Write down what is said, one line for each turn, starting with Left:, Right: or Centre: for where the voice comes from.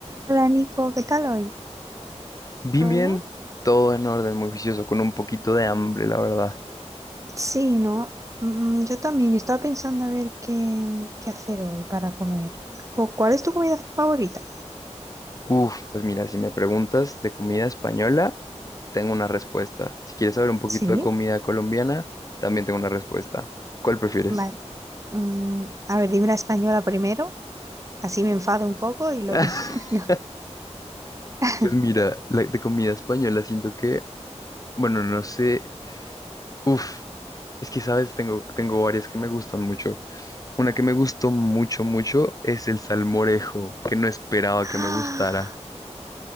Right: Hola Nico, ¿qué tal hoy?
Left: Bien,
Right: ¿Todo
Left: bien,
Right: bien?
Left: todo en orden, muy juicioso, con un poquito de hambre, la verdad.
Right: Sí, no, Mm, yo también, yo estaba pensando a ver qué, qué hacer hoy para comer. Jo, ¿Cuál es tu comida favorita?
Left: Uf, pues mira, si me preguntas de comida española, tengo una respuesta. Si quieres saber un poquito
Right: Sí,
Left: de comida colombiana, también tengo una respuesta. ¿Cuál prefieres?
Right: vale. Mm, a ver, dime la española primero, así me enfado un poco y luego...
Left: <laughs>
Right: <laughs> no. <gasps>
Left: Pues mira, la de comida española siento que, bueno, no sé, uf, es que sabes, tengo, tengo varias que me gustan mucho. Una que me gustó mucho, mucho es el salmorejo, que no esperaba
Right: Ah,
Left: que me gustara.